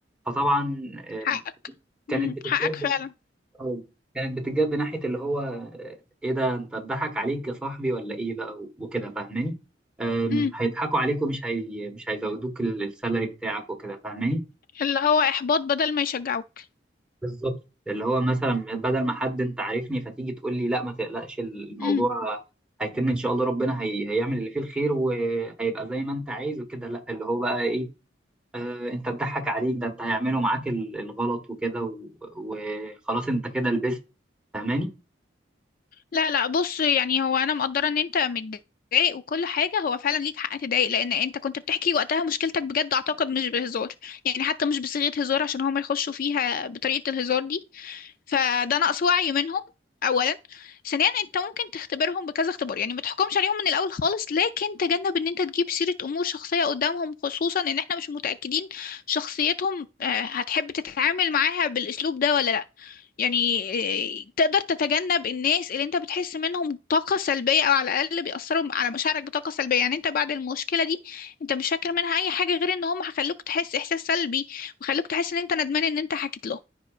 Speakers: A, in the centre; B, on the left.
A: فطبعا آم،
B: حقك
A: كانت
B: مم.
A: بتتجاب
B: حقك فعلا
A: اه كانت بتتجاب ناحية اللي هو آه، ايه ده انت اتضحك عليك يا صاحبي ولا ايه بقى و- وكده فاهماني أم،
B: مم.
A: هيضحكوا عليك ومش هي... مش هيزودوك ال- السالري بتاعك وكده فاهماني
B: اللي هو إحباط بدل ما يشجعوك
A: بالظبط اللي هو مثلا بدل ما حد انت عارفني فتيجي تقول لي لا ما تقلقش الموضوع
B: مم.
A: هيتم ان شاء الله ربنا هي... هيعمل اللي فيه الخير وهيبقى زي ما انت عايز وكده لا اللي هو بقى ايه آه انت اتضحك عليك ده انت هيعملوا معاك ال- الغلط وكده و- وخلاص انت كده لبست فاهماني
B: لا لا بص يعني هو أنا مقدرة إن أنت متضايق وكل حاجة هو فعلا ليك حق تضايق لأن أنت كنت بتحكي وقتها مشكلتك بجد أعتقد مش بهزار يعني حتى مش بصيغة هزار عشان هما يخشوا فيها بطريقة الهزار دي فده نقص وعي منهم اولا ثانيا انت ممكن تختبرهم بكذا اختبار يعني ما تحكمش عليهم من الاول خالص لكن تجنب ان انت تجيب سيرة امور شخصية قدامهم خصوصا ان احنا مش متأكدين شخصيتهم آه، هتحب تتعامل معاها بالاسلوب ده ولا لا يعني آه، تقدر تتجنب الناس اللي انت بتحس منهم طاقة سلبية او على الاقل بيأثروا على مشاعرك بطاقة سلبية يعني انت بعد المشكلة دي انت مش فاكر منها اي حاجة غير ان هم هيخلوك تحس احساس سلبي وخلوك تحس ان انت ندمان ان انت حكيت لهم